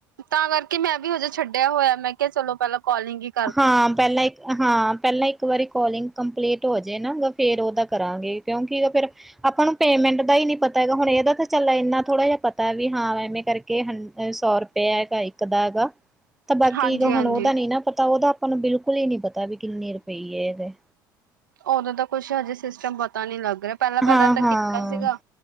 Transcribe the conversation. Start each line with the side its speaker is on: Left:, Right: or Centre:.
Right: ਤਾਂ ਕਰਕੇ ਮੈਂ ਭੀ ਅਜੇ ਛੱਡਿਆ ਹੋਇਆ ਮੈਂ ਕਿਹਾ ਚਲੋ ਪਹਿਲਾਂ ਕੋਲਿੰਗ ਈ
Centre: ਹਾਂ, ਪਹਿਲਾ ਇਕ ਹਾਂ, ਪਹਿਲਾਂ ਇੱਕ ਵਾਰੀ ਕੋਲਿੰਗ ਕੰਪਲੀਟ ਹੋ ਜਾਏ ਨਾ ਫੇਰ ਔਦਾ ਕਰਾਂਗੇ ਕਿਉਂਕਿ ਫੈਰ ਆਪਾਂ ਨੂੰ ਪੇਮੈਂਟ ਦਾ ਹੀ ਨਹੀ ਪਤਾ ਹੈਗਾ ਹੁਣ ਏਦਾ ਤਾਂ ਚੱਲ ਏਨਾ ਥੋੜਾ ਜਹਾ ਪਤਾ ਵਾ ਹਾਂ ਐਵੇਂ ਕਰਕੇ ਹਾਂ ਸੌਰੁ ਪੇਆ ਐਗਾ ਇੱਕ ਦਾ ਐਗਾ।
Right: <inaudible>
Centre: ਤਾਂ ਬਾਕੀ
Right: ਹਾਂਜੀ
Centre: ਉਦਾ ਨੀ ਪਤਾ ਔ ਤਾਂ ਆਪਾਂ ਨੂੰ ਬਿਲਕੁਲ ਹੀ ਨਹੀਂ ਪਤਾ ਵੀ ਕਿੰਨੀ ਰੁਪਈ ਏ।
Right: ਔਦੋਂ ਤਾਂ ਕੁਛ ਅਜੇ ਸਿਸਟਮ ਪਤਾ ਨਹੀਂ ਲੱਗ ਰਿਹਾ ਪਹਿਲਾਂ-ਪਹਿਲਾਂ
Centre: ਹਾਂ-ਹਾਂ,
Right: ਤਾਂ ਕੀਤਾ ਸੀਗਾ।